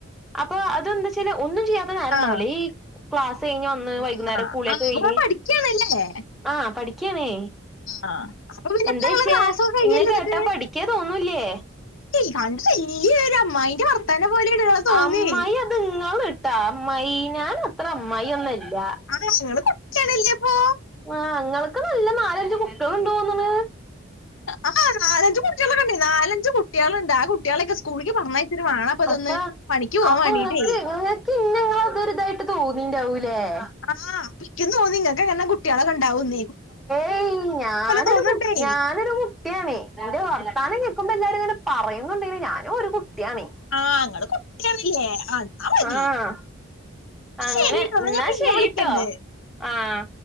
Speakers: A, in the centre; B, on the left.
A: അപ്പൊ അതെന്താച്ചാല് ഒന്നും ചെയ്യാത്ത നേരം ഉണ്ടാവില്ല
B: ആഹ്
A: ഈ ക്ലാസ് കഴിഞ്ഞ് വന്ന് വൈകുന്നേരം
B: ആഹ്
A: കുളിയൊക്കെ
B: ആഹ് അപ്പൊ
A: കഴിഞ്ഞ്
B: നിങ്ങൾ പഠിക്കാണല്ലേ
A: ആഹ് പഠിക്കാണേ,
B: ആഹ് അപ്പൊ പിന്നെ
A: എന്തേ
B: ഇപ്പ
A: കഴിച്ചേ
B: നിങ്ങള് ക്ലാസ്സൊക്കെ കഴിയല്ലോ
A: ഇന്നെ കേട്ടാ
B: എന്നിട്ട്
A: പഠിക്കാ തോന്നൂല്യേ
B: <unintelligible> അമ്മായിന്റെ വർത്താനം പോലെയാണ് ഇങ്ങളെ തോന്നിയേ
A: അമ്മായി അത് നിങ്ങള് ട്ടാ അമ്മായി ഞാൻ അത്ര അമ്മായി ഒന്നല്ല
B: ആഹ് <unintelligible>
A: ആഹ് ഇങ്ങള്ക്ക് നല്ല നാലഞ്ച് കുട്ട്യോള്ണ്ടോന്ന്ണ്.
B: ആഹ് നാലഞ്ച് കുട്ടികളൊക്കെ ഉണ്ട് നാലഞ്ച് കുട്ടികളുണ്ട് ആ കുട്ടികളെയൊക്കെ സ്കൂളിലേക്ക് പറഞ്ഞയച്ചിട്ട് വേണം അപ്പൊ ഇതൊന്ന്
A: അപ്പ
B: പണിക്ക് പോവാൻ
A: അപ്പൊ
B: വേണ്ടീട്ടേ
A: ഇങ്ങൾക്ക് ഇങ്ങൾക്ക് ഇന്നെ ഇങ്ങളെ ഇതൊരുതായിട്ട് തോന്നിണ്ടാവൂ <unintelligible>
B: ആഹ് ഇക്കും തോന്നി ഇങ്ങൾക്ക് എങ്ങെനെ കുട്ടിയളൊക്കെണ്ടാവുന്ന്
A: ഏയ് ഞാനൊരു
B: തോന്നുണ്ടേ
A: ഞാനൊരു കുട്ടിയാണ് ഇന്റെ വർത്താനം കേ ക്കുമ്പോ എല്ലാരു ഇങ്ങനെ പറയുന്നുണ്ടെങ്കിലും ഞാനും ഒരു കുട്ടിയാണ്.
B: ആഹ് ഇങ്ങള് കു ല്ലേ എന്നാ മതി
A: ആഹ് അങ്ങനെ
B: ശെരിട്ടോ
A: എന്നാ
B: ഞാൻ പിന്നെ
A: ശരിട്ടോ
B: വിളിക്കണ്ട്.
A: ആഹ്